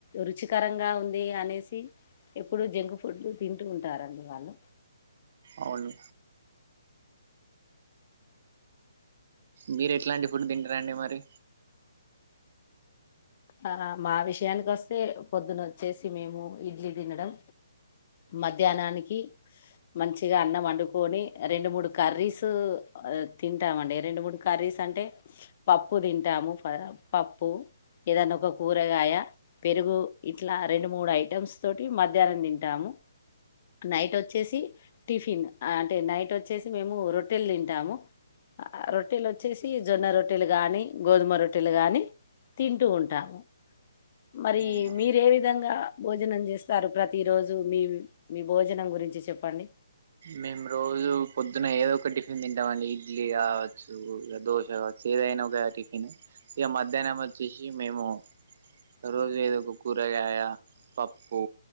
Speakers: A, on the left (about 40°); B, on the right (about 50°).
A: రుచికరంగా ఉంది అనేసి ఇప్పుడు జంక్ ఫుడ్లు తింటూ ఉంటారండి వాళ్ళు.
B: అవును మీరు ఎట్లాంటి ఫుడ్ తింటరండి మరి?
A: ఆ మా విషయానికి వస్తే పొద్దున వచ్చేసి మేము ఇడ్లీ తినడం. మధ్యాహ్నానికి మంచిగా అన్నం వండుకోని రెండు మూడు కర్రీస్ ఆ తింటామండి, రెండు మూడు కర్రీస్ అంటే పప్పు తింటాము, ప పప్పు ఏదన్న ఒక కూరగాయ పెరుగు ఇట్లా రెండు మూడు ఐటమ్స్ తోటి మధ్యాహ్నం తింటాము. నైట్ వచ్చేసి టిఫిన్, ఆ అంటే నైట్ వచ్చేసి మేము రొట్టెలు తింటాము. ఆ రొట్టెలు వచ్చేసి జొన్న రొట్టెలు గానీ, గోధుమ రొట్టెలు గానీ తింటూ ఉంటాము. మరి
B: ఆహా
A: మీరు ఏ విధంగా భోజనం చేస్తారు? ప్రతి రోజు మీ మీ భోజనం గురించి చెప్పండి?
B: మేము రోజు పొద్దున ఏదో ఒక టిఫిన్ తింటామండి, ఇడ్లీ కావచ్చు ఇగ దోశ కావచ్ సేదయిన ఒక టిఫిన్, ఇగ మధ్యాహ్నం వచ్చేసి మేము రోజు ఏదో ఒక కూరగాయ, పప్పు